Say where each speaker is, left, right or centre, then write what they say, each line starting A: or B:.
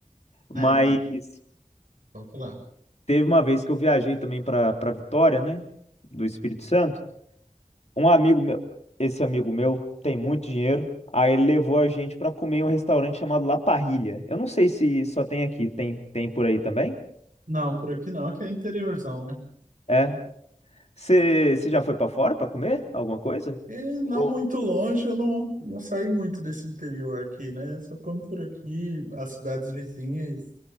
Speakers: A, on the right; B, on the left.
A: É,
B: Mas.
A: mas pode falar.
B: Teve uma vez que eu viajei também para para Vitória, né? Do Espírito Santo. Um amigo meu, esse amigo meu tem muito dinheiro. Aí ele levou a gente para comer em um restaurante chamado La Parrilla. Eu não sei se só tem aqui, tem tem por aí também?
A: Não, por aqui não, aqui é interiorzão, né?
B: É. Você já foi para fora para comer alguma coisa?
A: E não
B: Ou-
A: muito longe, eu não, não saí muito desse interior aqui, né? Só como por aqui, as cidades vizinhas